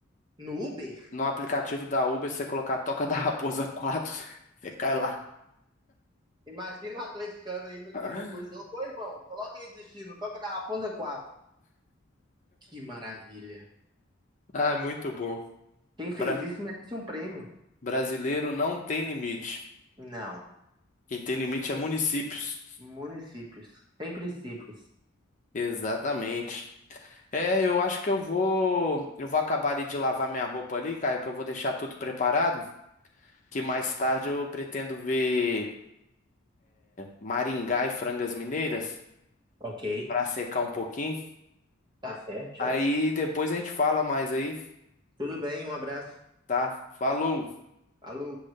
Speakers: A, on the right; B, on the left.
A: no Uber.
B: No aplicativo da Uber, se você colocar Toca da Raposa quatro <laughs> você cai lá.
A: Imagina o atleticano indo,
B: <laughs>
A: indo pro jogo. Ô, irmão, coloca aí destino, toca da Raposa quatro Que maravilha.
B: Ah, é muito bom.
A: Quem fez
B: Bra-
A: isso merece um prêmio.
B: brasileiro não tem limite.
A: Não.
B: Quem tem limite é municípios.
A: Municípios. Sem princípios.
B: Exatamente. É, eu acho que eu vou, eu vou acabar ali de lavar minha roupa ali, cara, que eu vou deixar tudo preparado, que mais tarde eu pretendo ver Maringá e Frangas Mineiras
A: Ok.
B: para secar um pouquinho.
A: Tá certo, chefe.
B: Aí depois a gente fala mais aí,
A: Tudo bem, um abraço.
B: tá? Falou!
A: Alô.